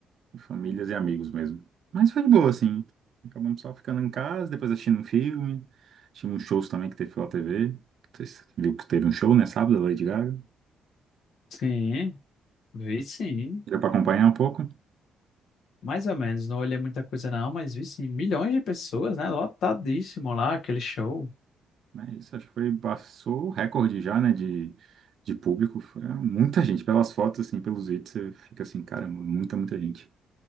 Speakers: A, on the right; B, on the left.
A: Famílias e amigos mesmo. Mas foi de boa, assim. Acabamos só ficando em casa, depois assistindo um filme. Tínhamos shows também que teve pela TV. Vocês viram que teve um show, né? Sábado, da Lady Gaga.
B: Sim, vi sim.
A: Deu pra acompanhar um pouco.
B: Mais ou menos, não olhei muita coisa não, mas vi sim. Milhões de pessoas, né? Lotadíssimo lá, aquele show.
A: Mas isso, acho que foi, passou o recorde já, né? De, de público. Foi ah, muita gente. Pelas fotos, assim, pelos vídeos, você fica assim, caramba, muita, muita gente.